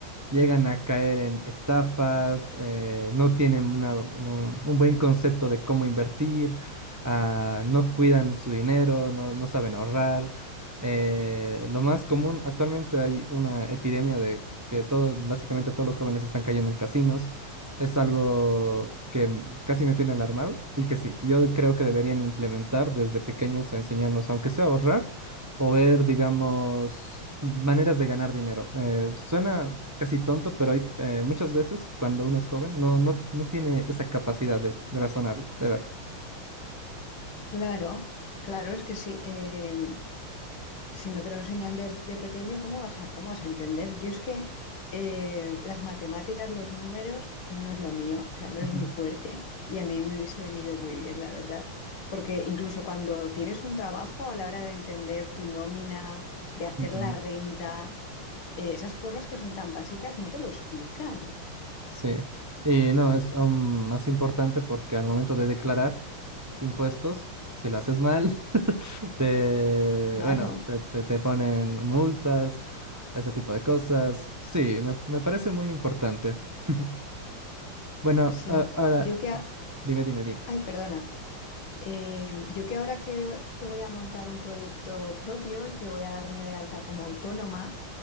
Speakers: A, on the right; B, on the left.
A: llegan a caer en estafas, eh, no tienen una- un, un buen concepto de cómo invertir, ah, no cuidan su dinero, no, no saben ahorrar. Eh, lo más común, actualmente hay una epidemia de que todos, básicamente todos los jóvenes están cayendo en casinos. Es algo que m- casi me tiene alarmado y que sí, yo creo que deberían implementar desde pequeños a enseñarnos, aunque sea a ahorrar o ver, digamos, maneras de ganar dinero. Eh, suena casi tonto, pero hay eh, muchas veces cuando uno es joven no, no, no tiene esa capacidad de, de razonarlo, de verlo.
B: Claro, claro, es que si, eh, si no te lo enseñan desde pequeño, ¿cómo vas a, cómo vas a entender? Yo es que eh, las matemáticas, los números, no es lo mío, o sea, no
A: Ujú,
B: es mi fuerte y a mí me hubiese venido muy bien, la verdad. Porque incluso cuando tienes un trabajo, a la hora de entender tu nómina, de hacer
A: ujú.
B: la renta, eh, esas cosas que son tan básicas, no te lo explican.
A: Sí, y no, es aún más importante porque al momento de declarar impuestos, si lo haces mal, <laughs> te,
B: Claro,
A: bueno, te, te- te ponen multas, ese tipo de cosas. Sí, me, me parece muy importante. <laughs> Bueno,
B: sí.
A: a- ahora,
B: Yo que a-
A: dime, dime, dime.
B: Ay, perdona. Eh, yo que ahora que, que voy a montar un proyecto propio y que voy a darme de alta como autónoma,